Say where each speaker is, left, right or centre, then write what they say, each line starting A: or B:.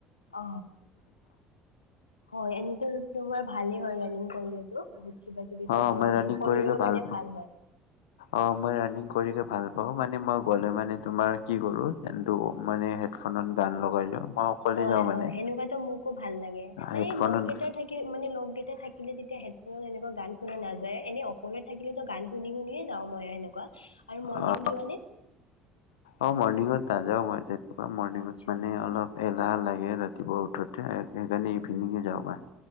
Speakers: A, on the left (about 80°); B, on the left (about 70°).
A: অ হয় এনেতো তোমাৰ ভালেই। হয় ৰানিং কৰিলে বহুত কিবা কিবি তোমাৰ
B: অ মই
A: মানে
B: ৰানিং
A: শৰীৰৰ
B: কৰিকে
A: কাৰণে
B: পাওঁ।
A: ভাল হয়।
B: অ মই ৰানিং কৰিকে ভাল পাওঁ মানে মই গ'লে মানে তোমাৰ কি কৰোঁ কিন্তু মানে হেডফোনত গান লগাই লওঁ। মই অকলে
A: হয়
B: যাওঁ
A: হয়
B: মানে।
A: সেনেকুৱাতো মোকো ভাল লাগে মানে
B: হেডফোনত
A: লগকেইটা থাকি মানে লক গে থাকিলে তেতিয়া হেডফোনত এনেকুৱা গান শুনা নাযায় এনে অকলে থাকিলেতো গান শুনি শুনিয়ে যাওঁ মই সেনেকুৱা আৰু মৰ্ণিং
B: অ
A: যোৱানে
B: অ মৰ্ণিঙত নাযাও মই তেনেকুৱা মৰ্ণঙত
A: আচ্ছা
B: মানে অলপ যাহ লাগে ৰাতিপুৱা উঠোঁতে সেইকাৰণে ইভিনিঙে যাব পাও